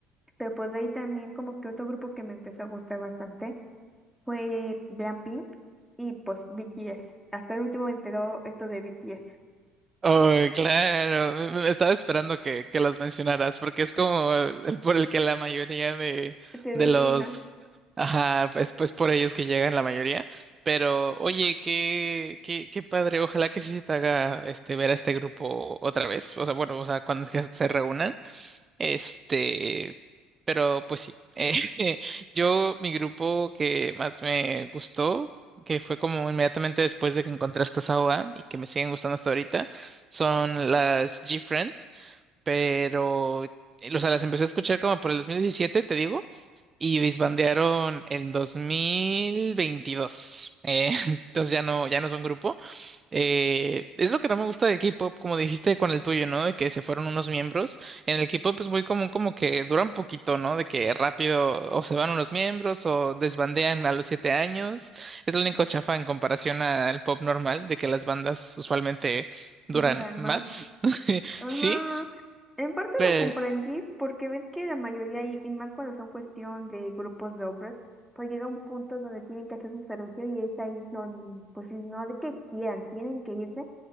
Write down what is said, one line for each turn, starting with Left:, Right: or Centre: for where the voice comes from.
Centre: Pero pues de ahí también como que otro grupo que me empezó a gustar bastante fue Blackpink y pues BTS. Hasta el último me enteró esto de BTS.
Right: oh, claro, me me estaba esperando que, que los mencionaras, porque es como el, el por el que la mayoría de,
Centre: Se
Right: de
Centre: ve
Right: los,
Centre: que Lina,
Right: ajá, pues, pues por ellos que llegan la mayoría. Pero, oye, qué, qué, qué padre, ojalá que sí se te haga este ver a este grupo otra vez. O sea, bueno, o sea, cuando es que se reúnan. Este, pero pues sí. Eh, <laughs> yo, mi grupo que más me gustó, que fue como inmediatamente después de que encontré esta Sawa y que me siguen gustando hasta ahorita, son las G-Friend, pero, eh, o sea, las empecé a escuchar como por el 2017 te digo, y disbandearon en 2022. Eh, <laughs> entonces ya no, ya no son grupo, eh, es lo que no me gusta del K-pop, como dijiste con el tuyo, ¿no? De que se fueron unos miembros. En el K-pop es muy común como que duran poquito, ¿no? De que rápido o se van unos miembros o desbandean a los siete años. Es lo único chafa en comparación al pop normal, de que las bandas usualmente duran
Centre: duran
Right: más.
Centre: más
Right: <laughs>
Centre: Ajá,
Right: Sí,
Centre: en parte
Right: pero...
Centre: lo comprendí porque ves que la mayoría, y, y más cuando son cuestión de grupos de hombres, pues llega un punto donde tienen que hacer su servicio y es ahí donde, pues si no de que quieran, tienen que irse